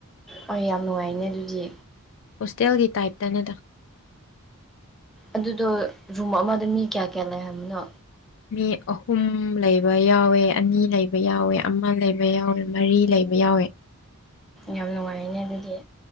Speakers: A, in the centre; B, on the left.
A: ꯑꯣ ꯌꯥꯝ ꯅꯨꯡꯉꯥꯏꯅꯦ ꯑꯗꯨꯗꯤ
B: ꯍꯣꯁꯇꯦꯜꯒꯤ ꯇꯥꯏꯞꯇꯅꯦꯗ
A: ꯑꯗꯨꯗꯣ ꯔꯨꯝ ꯑꯃꯗ ꯃꯤ ꯀꯌꯥ ꯀꯌꯥ ꯂꯩ ꯍꯥꯏꯕꯅꯣ
B: ꯃꯤ ꯑꯍꯨꯝ ꯂꯩꯕ ꯌꯥꯎꯋꯦ ꯑꯅꯤ ꯂꯩꯕ ꯌꯥꯎꯋꯦ ꯑꯃ ꯂꯩꯕ ꯌꯥꯎꯋꯦ ꯃꯔꯤ ꯂꯩꯕ ꯌꯥꯎꯋꯦ
A: ꯌꯥꯝ ꯅꯨꯡꯉꯥꯏꯅꯦ ꯑꯗꯨꯗꯤ